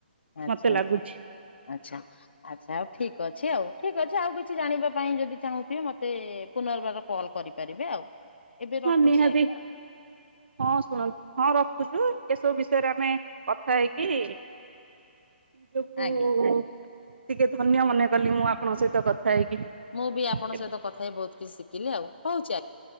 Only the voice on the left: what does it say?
ଆଚ୍ଛା
ଆଚଛା
ଆଚଛା ଆଚ୍ଛା ଆଉ ଠିକ୍ ଅଛି ଆଉ ଠିକ୍ ଅଛି ଆଉ କିଛି ଜାଣିବା ପାଇଁ ଯଦି ଚାହୁଁଥିବେ ମୋତେ ପୁନର୍ବାର କଲ୍ କରିବ ପାରିବେ ଆଉ ଏବେ ରଖୁଛି
ଆଜ୍ଞା
ଆଜ୍ଞା
ମୁଁ ବି ଆପଣଙ୍କ
ସହିତ କଥା ହ ବହୁତ କିଛି ଶିଖିଲି ଆଉ ହଉଛି ଆ